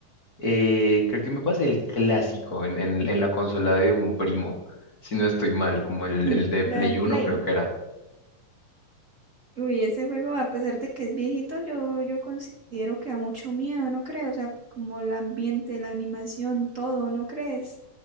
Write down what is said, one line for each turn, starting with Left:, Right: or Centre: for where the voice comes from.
Left: Eh, creo que me pasé el clásico en, en, en la consola de un primo, si no estoy mal, como el,
Right: en
Left: el de
Right: la
Left: Play
Right: del
Left: uno
Right: Play.
Left: creo que era.
Right: Uy, ese juego, a pesar de que es viejito, yo, yo considero que da mucho miedo, ¿no crees? O sea, como el ambiente, la animación, todo, ¿no crees?